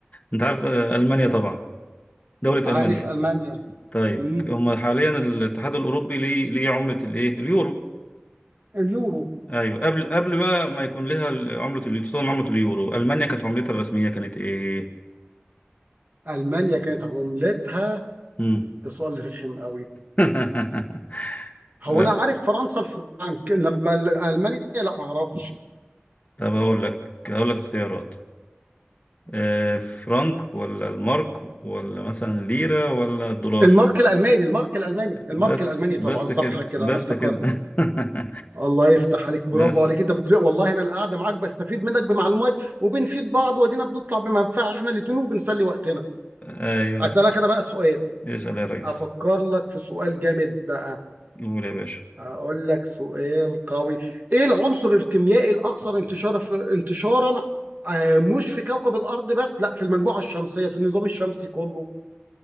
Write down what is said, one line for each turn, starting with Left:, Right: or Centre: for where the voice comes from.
Left: انت عارف آه، المانيا طبعا دوله
Right: عارف
Left: المانيا
Right: المانيا
Left: طيب
Right: مم.
Left: هم حاليا الاتحاد الاوروبي ليه ليه عمله الايه اليورو
Right: اليورو
Left: ايوه قبل قبل بقى ما يكون لها ال- عمله ال- خصوصا عمله اليورو المانيا كانت عملتها الرسميه كانت ايه
Right: المانيا كانت عملتها
Left: امم
Right: ده سؤال رخم قوي
Left: <laughs>
Right: هو
Left: لا
Right: انا عارف فرنسا الفرنك انما المانيا لا ما اعرفش
Left: طب هقول لك هقول لك اختيارات آه، فرانك ولا المارك ولا مثلا ليره ولا الدولار
Right: المارك الالماني المارك الالماني
Left: بس
Right: المارك الالماني
Left: بس
Right: طبعا صح
Left: كده
Right: كده
Left: بس
Right: انا افتكرت
Left: كده <laughs>
Right: الله يفتح عليك برافو
Left: بس
Right: عليك انت بتلاقي والله انا القعده معاك بستفيد منك بمعلومات وبنفيد بعض وادينا بنطلع بمنفعه احنا الاتنين وبنسلي وقتنا
Left: ايوه
Right: اسالك انا بقى سؤال
Left: اسال يا ريس
Right: افكر لك في سؤال جامد بقى
Left: قول يا باشا
Right: اقول لك سؤال قوي ايه العنصر الكيميائي الاكثر انتشار في انتشارا آه، مش في كوكب الارض بس لا في المجموعه الشمسيه في النظام الشمسي كله